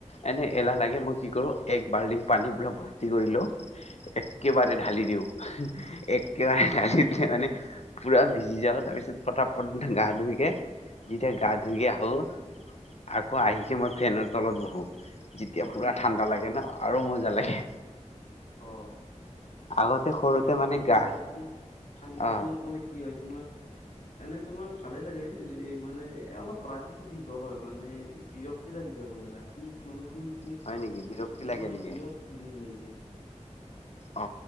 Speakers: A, on the left; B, on the left.
A: এনেই
B: অ
A: এলাহ লাগে মই কি কৰোঁ। এক বাল্ডিং পানীৰ পুৰা ভৰ্তি কৰিলো এক। একেবাৰে ঢালি দিওঁ একেবাৰে ঢালি দিলে মানে পুৰা ভিজি যাওঁ তাৰপিছত । গা ধুৰিকে। যেতিয়া
B: অ
A: গা ধুই আহোঁ আকৌ আহিকে মই ফেনৰ তলত বহোঁ। যেতিয়া
B: হয়
A: পুৰা
B: নেকি
A: ঠাণ্ডা লাগে ন আৰু মজা লাগে
B: অ
A: আগতে সৰুতে
B: মানে তোমাৰ ঠাণ্ডাৰ
A: গা
B: দিনত ঠাণ্ডাৰ
A: অ
B: দিনত মানে কি হয় তোমাৰ এনে তোমাৰ ভালে লাগে মানে অলপ ৰাতিটো দীঘল হয় মানে বিৰক্তি লাগি যায় মানে ৰাতি মানে শুই
A: হয় নেকি বিৰক্তি লাগে
B: মানে
A: নেকি?
B: বিৰত হেৰি ৰৈ যায়।
A: অ